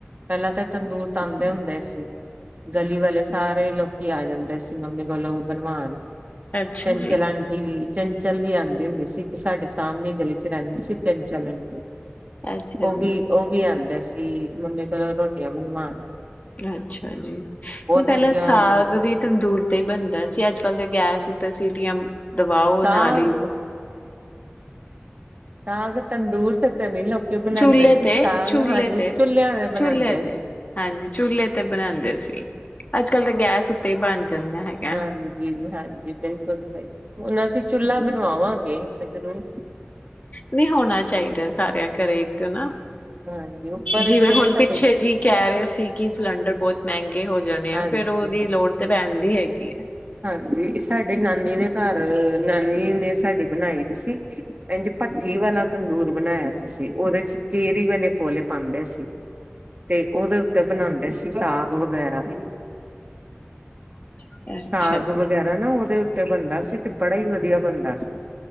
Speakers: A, on the right (about 40°); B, on the left (about 40°).
A: ਪਹਿਲਾਂ ਤਾਂ ਤੰਦੂਰ ਤਾਉਂਦੇ ਹੁੰਦੇ ਸੀ। ਗਲੀ ਵਾਲੇ ਸਾਰੇ ਲੋਕੀ ਆ ਜਾਂਦੇ ਸੀ ਮੰਮੀ ਕੋਲੋਂ ਬਣਵਾਉਣ।
B: ਅੱਛਾ
A: ਚੰਚਲ
B: ਜੀ,
A: ਆਂਟੀ ਵੀ ਚੰਚਲ ਵੀ ਆਉਂਦੀ ਹੁੰਦੀ ਸੀ। ਇੱਕ ਸਾਡੇ ਸਾਹਮਣੇ ਗਲੀ 'ਚ ਰਹਿੰਦੀ ਸੀ ਚੰ ਚੱਲਣ
B: ਅੱਛਾ
A: ਉਹ
B: ਜੀ,
A: ਵੀ ਉਹ ਵੀ ਆਉਂਦਾ ਸ ਅਸੀ ਮੰਮੀ ਪਹਿਲਾਂ ਰੋਟੀਆਂ ਬਣਵਾਣ
B: ਅੱਛਾ ਜੀ ਪਹਿਲਾਂ
A: ਵਧੀਆ
B: ਸਾਗ
A: ਮੰਮੀ
B: ਵੀ ਤੰਦੂਰ ਤੇ ਹੀ ਬਣਦਾ ਸੀ ਅੱਜ ਅ ਕਲ ਦੇ ਗੈਸ ਉੱਤੇ ਸੀਟੀਆਂ ਦਬਾਓ
A: ਸਾਗ
B: ਨਾਲ ਈ।
A: <unintelligible> ਬਣਾਉਂਦੇ
B: ਚੁਲੇ
A: ਸੀ
B: ਤੇ
A: ਸਾਗ
B: ਚੁਲੇ
A: ਹਾਂਜੀ
B: ਤੇ
A: ਚੁੱਲਿਆਂ ਦੇ ਬਣਾਉਂਦੇ
B: ਚੁਲੇ ਤੇ
A: ਸੀ
B: ਹਾਂਜੀ ਚੁਲੇ ਤੇ ਬਣਾਦੇ ਸੀ। ਅੱਜ ਕੱਲ ਤਾਂ ਗੈਸ ਉੱਤੇ ਹੀ ਬਣ ਜਾਂਦਾ ਹੈਗਾ।
A: ਹਾਂਜੀ -ਹਾਂਜੀ ਬਿਲਕੁਲ ਸਹੀ ਹੁਣ ਅਸੀਂ ਚੁੱਲ੍ਹਾ ਬ ਬਣਵਾਵਾਂਗੇ ਜਰੂਰ
B: ਨਹੀਂ ਹੋਣਾ ਚਾਹੀਦਾ ਸਾਰਿਆਂ ਘਰੇ ਇੱਕ ਨਾ
A: ਹਾਂਜੀ ਉੱਪਰ
B: ਜਿਵੇਂ
A: ਜੋ ਇਹ
B: ਹੁਣ
A: ਸਾਡੇ
B: ਪਿੱਛੇ ਜੀ ਕਹਿ ਰਹੇ ਸੀ ਕਿ ਸਿਲੰਡਰ ਬਹੁਤ ਮਹਿੰਗੇ ਹੋ ਜਾਣੇ
A: ਹਾਂਜੀ
B: ਆ ਫੇਰ ਉਹਦੀ
A: ਹਾਂ
B: ਲੋੜ ਤੇ ਪੈਂਦੀ ਹੈਗੀ। <unintelligible>
A: ਹਾਂਜੀ ਸਾਡੇ ਨਾਨੀ ਦੇ ਘਰ ਨਾਨੀ ਨੇ ਸਾਡੀ ਬਣਾਈ ਦੀ ਸੀ ਇੰਜ ਭੱਠੀ ਵਾਲਾ ਤੰਦੂਰ ਬਣਾਇਆ ਵ ਸੀ ਉਹਦੇ 'ਚ ਕੇਰੀ ਵਾਲੇ ਕੋਲੇ ਪਾਉਂਦੇ ਸੀ ਤੇ ਉਹਦੇ ਉੱਤੇ ਬਣਾਉਂਦੇ ਸੀ ਸਾਗ ਵਗੈਰਾ
B: <inaudible>
A: ਸਾਗ
B: ਜੀ।
A: ਵਗੈਰਾ ਨਾ ਉਹਦੇ ਉ ਬਣਦਾ ਸੀ ਤੇ ਬੜਾ ਹੀ ਵਧੀਆ ਬਣਦਾ ਸੀ।